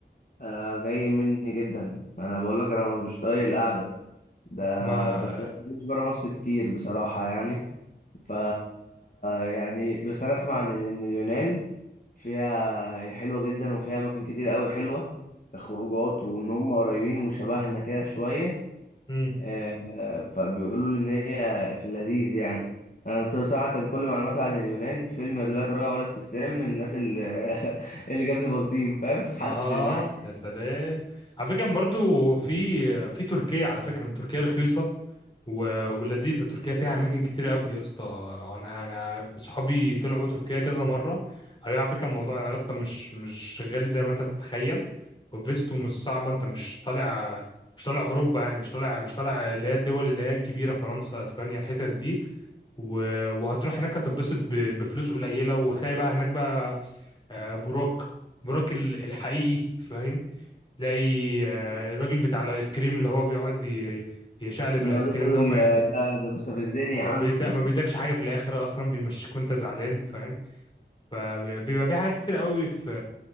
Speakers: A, on the left; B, on the left.
A: انا جاي مني جدا انا بقول لك انا مش طايق القعده ده
B: ما
A: بس انا مش بره مصر كتير بصراحه يعني ف يعني بس انا اسمع ان إن اليونان فيها حلوه جدا وفيها اماكن كتير قوي حلوه كخروجات وان هم قريبين وشبهنا كده شويه
B: مم.
A: آه، آه، فبيقولوا لي ان هي في اللذيذ يعني انا بصراحه كان كل معلوماتي عن اليونان فيلم لا تراجع ولا استسلام من الناس اللي <laughs> اللي جابني بلطيم فاهم <laughs> حلت
B: اه
A: المحشي
B: يا سلام على فكره برضو في في تركيا على فكره تركيا رخيصه و... ولذيذه تركيا فيها اماكن كتير قوي يا اسطى انا انا صحابي طلعوا تركيا كذا مره قالوا لي على فكره الموضوع يا اسطى مش مش غالي زي ما انت تتخيل وفيستو مش صعبه انت مش طالع مش طالع اوروبا يعني مش طالع مش طالع اللي هي الدول اللي هي الكبيره فرنسا اسبانيا الحتت دي و... وهتروح هناك هتتبسط ب... بفلوس قليله وتلاقي بقى هناك بقى آه، بروك بروك ال- الحقيقي فاهم تلاقي آه، الراجل بتاع الايس كريم اللي هو بيقعد ي- يشقلب
A: لا
B: الايس
A: يا
B: كريم
A: خالد،
B: ده وما
A: ده ده مستفزني يا
B: ما
A: عم
B: بيدا
A: <laughs>
B: ما بيدكش حاجه في الاخر اصلا بيمشيك وانت زعلان فاهم فبيبقى في حاجات كتير قوي في